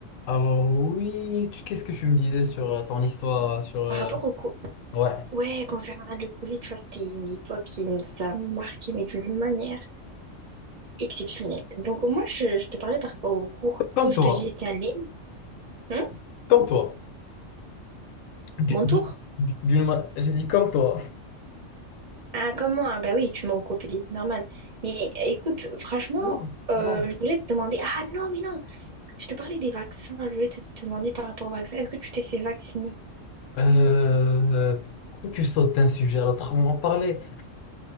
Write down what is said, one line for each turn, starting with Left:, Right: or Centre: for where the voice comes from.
Left: Alors oui, tu- qu'est-ce que tu me disais sur euh, ton histoire, euh, sur euh,
Right: Par rapport au co-
Left: ouais,
Right: ouais, concernant le Covid, tu vois, c'était une époque qui nous a marqué, mais d'une manière exceptionnelle. Donc, moi, je, je te parlais par rapport au cours.
Left: comme
Right: du coup je
Left: toi,
Right: te dis, c'était en ligne. Hein
Left: comme toi. Du-
Right: Mon
Left: du-
Right: tour?
Left: du- d'une ma- j'ai dit comme toi.
Right: Ah, comme moi, ah, bah oui, tu me recopies, normal. Mais écoute, franchement,
Left: Non,
Right: euh,
Left: non.
Right: je voulais te demander. Ah non, mais non, je te parlais des vaccins. Je voulais te te demander par rapport au vaccin. Est-ce que tu t'es fait vacciner?
Left: Euh, pourquoi tu sautes d'un sujet à l'autre? On en parlait,